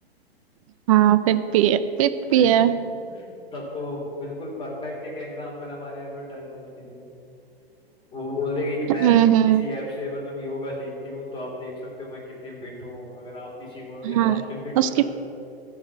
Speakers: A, on the right (about 35°); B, on the left (about 15°).
A: हाँ फिट
B: है
A: भी
B: ना
A: है फिट
B: तो
A: भी
B: ये-
A: है
B: <laughs> तब तो बिल्कुल परफेक्ट एक एग्जाम्पल हमारे एडवर्टाइजमेंट के लिए वो बोल देगी कि मैं
A: हम्म
B: भी
A: हम्म
B: इसी ऐप से मतलब योगा सीखती हूँ तो आप देख सकते हो मैं कितनी फिट हूँ अगर आप भी सीखोगे
A: हाँ
B: तो आप भी फिट
A: उसकी
B: हो जाओगे